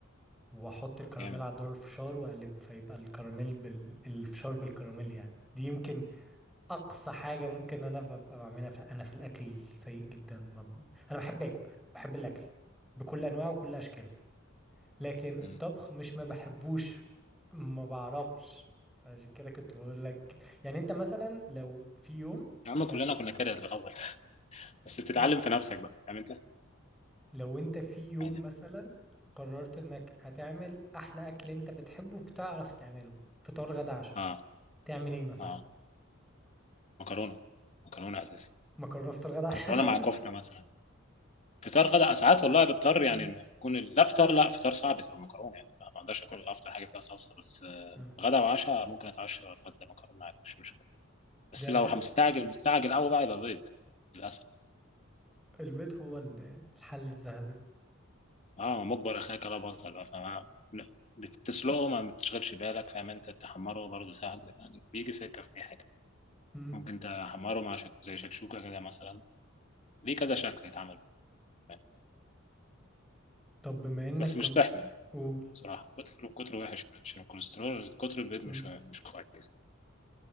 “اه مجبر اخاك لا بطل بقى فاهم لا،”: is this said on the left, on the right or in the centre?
Left